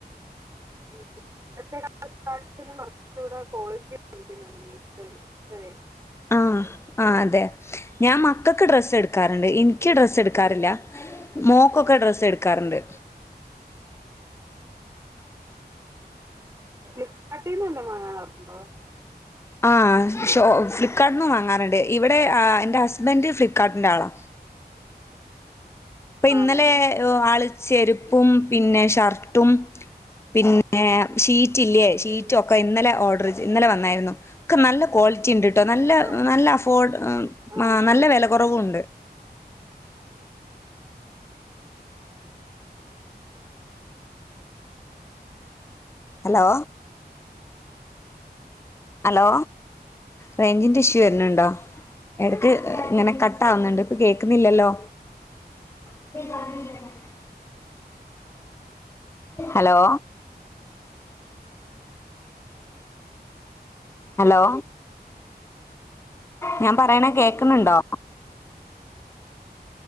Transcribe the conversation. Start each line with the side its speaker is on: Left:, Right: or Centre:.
Right: <unintelligible> കൊറച്ചൂടെ ക്വാളിറ്റി <unintelligible> മീശോല് പേരെ
Left: ആഹ് ആഹ് അതെ ഞാൻ മക്കക്ക് ഡ്രസ്സെടു ക്കാറ്ണ്ട് ഇൻക്ക് ഡ്രസ്സ് ഇട്ക്കാറില്ല മോക്കൊക്കെ ഡ്രസ്സെടുക്കാറിണ്ട്
Right: ഫ്ലിപ്കാർട്ടിന്ന് വല്ലതും വാങ്ങാർണ്ടോ
Left: ആഹ് ഷോ ഫ്ലിപ്കാർട്ന്നു വാങ്ങാറിണ്ട് ഇവെടെ ആഹ് എന്റെ ഹസ്ബൻ്റ് ഫ്ലിപ്കാർട്ടിന്റാളാ ഇപ്പൊ ഇന്നലെ
Right: ആണോ
Left: ആള് ചെരുപ്പും പിന്നെ ഷർട്ടും പിൻ ഏഹ് ഷീറ്റില്ലേ ഷീറ്റൊക്കെ
Right: ഉം
Left: ഇന്നലെ ഓഡ്റ് ചെയ് ഇന്നലെ വന്നായിരുന്നു ക്കെ നല്ല ക്വാളിറ്റിണ്ട്. ട്ടോ നല്ല
Right: ആണോ
Left: നല്ല അഫോഡ് ഏം
Right: ആ
Left: ആഹ് നല്ല
Right: ആ
Left: വെല കൊറവുണ്ട്. Hello hello. റേഞ്ചിന്റെ ഇഷ്യൂ വര്ന്ണ്ടോ എടക്ക് ഇങ്ങനെ കട്ട് ആവുന്നുണ്ട് ഇപ്പൊ കേക്കുന്നില്ലല്ലോ <inaudible> ഹലോ. ഹലോ ഞാൻ പറയണെ കേക്കുന്നുണ്ടോ?